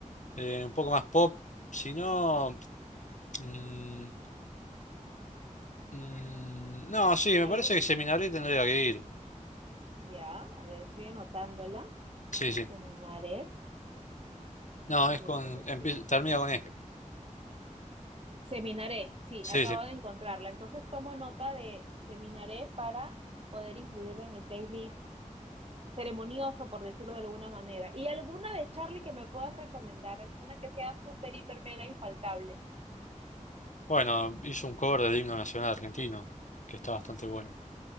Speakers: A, on the left; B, on the right.
A: eh, un poco más pop. Si no, mm, mm, no, sí, me
B: ¿Algún...
A: parece que Seminari tendría que ir.
B: Ya, a ver, estoy anotándola.
A: Sí, sí.
B: Seminaret
A: No,
B: de
A: es con,
B: Cerúgira.
A: empie- termina con E.
B: Seminaré, sí,
A: Sí,
B: acabo
A: sí.
B: de encontrarla. Entonces tomo nota de Seminaré para poder incluirla en el playlist ceremonioso, por decirlo de alguna manera. ¿Y alguna de Charlie que me puedas recomendar? Así una que sea súper, hiper, mega infaltable.
A: Bueno, hizo un cover del himno nacional argentino, que está bastante bueno.